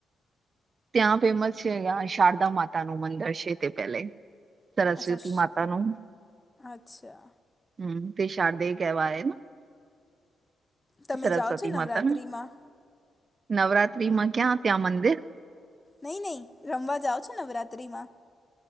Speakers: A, on the right; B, on the left.
A: ત્યાં ફેમસ છે શારદા માતા નું મંદર છે તે પેલે સરસ્વતી
B: અચ્છા શ-
A: માતાનું
B: અચ્છા
A: હમ્મ તે શારદે કહેવાય
B: તમે
A: સરસ્વતી
B: જાઓ છો નવરાત્રિમાં
A: માતા ને નવરાત્રી માં ક્યાં ત્યાં મંદિર
B: નહી નહી રમવા જાાવ છો નવરાત્રીમાં